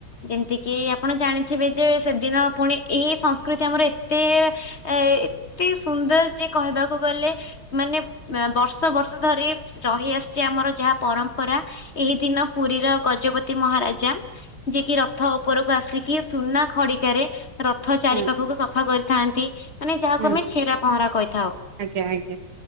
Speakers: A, on the left; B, on the right.
A: ଯେମିତିକି ଆପଣ ଜାଣିଥିବେ ଯେ ସେଦିନ ପୁଣି ଏଇ ସଂସ୍କୃତି ଆମର ଏତେ ଏ ଏତେ ସୁନ୍ଦର ଯେ କହିବାକୁ ଗଲେ ମାନେ ବର୍ଷ ବର୍ଷ ଧରି ରହି ଆସିଚି ଆମର ଯାହା ପରମ୍ପରା ଏହି ଦିନ ପୁରୀର ଗଜପତି ମହାରାଜା ଯିଏ କିି ରଥ ଉପରକୁ ଆସିକି ସୁନା ଖଡିକାରେ ରଥ ଚାରି
B: ହୁଁ
A: ପାଖକୁ ସଫା କରିଥାନ୍ତି। ମାନେ ଯାହାକୁ
B: ହୁଁ
A: ଆମେ ଛେରା ପହଁରା କହିଥାଉ।
B: ଆଜ୍ଞା ଆଜ୍ଞା